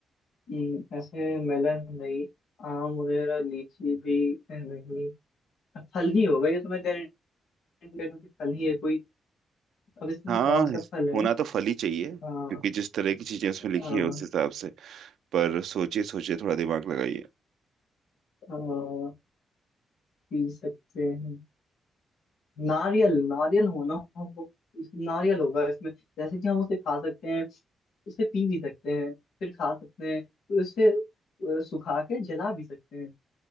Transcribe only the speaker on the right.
हाँ
इस-
होना तो फल ही चाहिए
क्योंकि जिस तरह की चीजें उसमें लिखी
है उस हिसाब से पर सोचिए सोचिए थोड़ा दिमाग लगाइए